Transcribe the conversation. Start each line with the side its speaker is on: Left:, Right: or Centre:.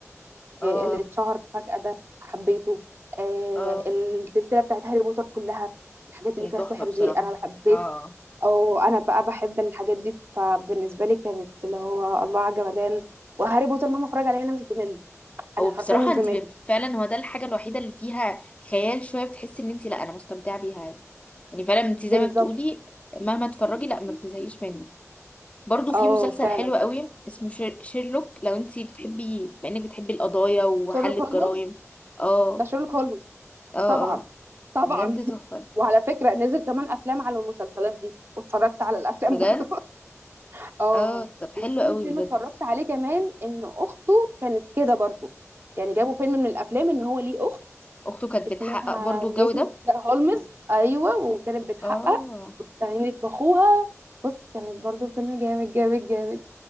Left: اه
Right: اللي اتشهر فجأة ده حبيته آه،
Left: اه
Right: السلسله بتاعت هاري بوتر كلها الحاجات اللي
Left: هي
Right: فيها
Left: تحفه
Right: سحر
Left: بصراحه
Right: دي انا بحب
Left: اه
Right: او انا بقى بحب الحاجات دي فبالنسبه لي كانت اللي هو الله على جمدان وهاري بوتر مهما اتفرج عليه انا مش بمل انا
Left: هو
Right: حرفيا
Left: بصراحة
Right: مش
Left: انت
Right: بمل
Left: بت- فعلا هو ده الحاجة الوحيدة اللي فيها خيال شوية بتحسي ان انت لا انا مستمتعة بيها عادي يعني فعلا انت زي
Right: بالظبط
Left: ما بتقولي مهما تتفرجي لا ما بتزهقيش منه برضو في
Right: اه
Left: مسلسل
Right: فعلا
Left: حلو قوي اسمه شير- شيرلوك لو انت بتحبي بما انك بتحبي القضايا وحل
Right: شيرلوك
Left: الجرائم
Right: هولمز
Left: اه
Right: ده شيرلوك هولمز
Left: اه
Right: طبعا
Left: اه
Right: طبعا
Left: بجد
Right: <laughs>
Left: تحفة
Right: وعلى فكره نزل كمان افلام على المسلسلات دي واتفرجت على الافلام
Left: بجد
Right: <laughs> برضه اه
Left: اه طب حلو
Right: وفي
Left: قوي
Right: فيلم
Left: بجد
Right: اتفرجت عليه كمان ان اخته كانت كده برضه يعني جابوا فيلم من الافلام ان هو ليه اخت
Left: اخته كانت
Right: اسمها
Left: بتحقق برضو
Right: ميسيس
Left: الجو ده
Right: هولمز ايوه وكانت بتحقق
Left: اه
Right: واستعينت باخوها بص كانت برضو فيلم جامد جامد جامد